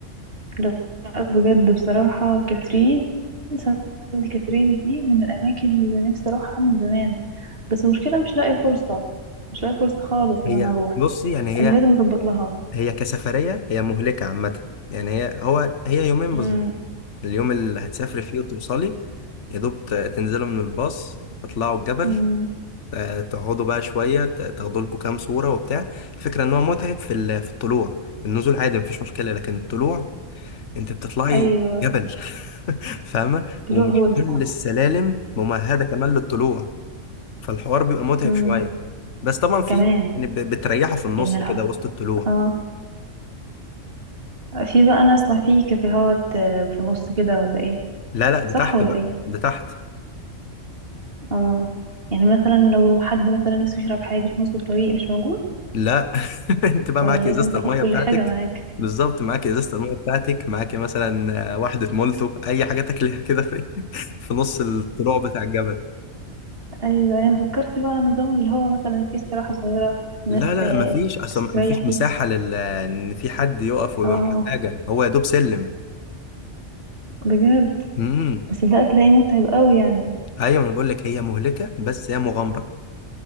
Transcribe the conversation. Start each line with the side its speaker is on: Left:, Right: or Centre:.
Right: لأ بجد بصراحة كاترين سانت كاترين دي من الأماكن اللي نفسي أروحها من زمان بس المشكلة مش لاقية فرصة مش لاقية فرصة خالص
Left: هي
Right: إن أنا أروح
Left: بصي يعني هي
Right: أنا لازم أظبط لها
Left: هي كسفرية هي مهلكة عامة يعني هي هو هي يومين
Right: مم.
Left: بالظبط اليوم اللي هتسافري فيه وتوصلي يا دوب ت- تنزلوا من الباص تطلعوا الجبل
Right: مم.
Left: آه، تقعدوا بقى شوية ت- تاخدوا لكم كام صورة وبتاع الفكرة ان هو متعب في ال- في الطلوع النزول عادي مفيش مشكلة لكن الطلوع انت بتطلعي
Right: أيوة
Left: جبل <laughs> فاهمة
Right: الطلوع
Left: ومش
Right: هو اللي صعب
Left: كل السلالم ممهدة كمان للطلوع فالحوار بيبقى متعب
Right: مم.
Left: شوية بس طبعا في
Right: كمان
Left: يعني ب- بتريحوا في النص
Right: يعني لا
Left: كده وسط الطلوع
Right: اه في بقى أنا أسمع فيه كافيهات آه، في النص كده ولا إيه
Left: لا لا ده
Right: صح
Left: تحت
Right: ولا
Left: بقى
Right: إيه
Left: ده تحت
Right: اه يعني مثلا لو حد مثلا نفسه يشرب حاجة في نص الطريق مش موجود
Left: لا <laughs> انت بقى
Right: ولا
Left: معاك
Right: لازم
Left: ازازه
Right: تاخد
Left: الميه
Right: كل
Left: بتاعتك
Right: حاجة معاك
Left: بالظبط معاك ازازه الميه بتاعتك معاك مثلا آه، واحده مولتو اي حاجه تاكلها كده في <laughs> في نص الطلوع بتاع الجبل
Right: ايوه أيوة، انا فكرت بقى نظام اللي هو مثلا فيه استراحة صغيرة الناس
Left: لا لا
Right: آه،
Left: مفيش اصلا
Right: تستريح
Left: مفيش
Right: فيها
Left: مساحه لل ان في حد يقف ويبقى
Right: اه
Left: معاه حاجه هو يا دوب سلم
Right: بجد
Left: امم
Right: بس ده هتلاقيه متعب قوي يعني
Left: ايوه انا بقول لك هي مهلكه بس هي مغامره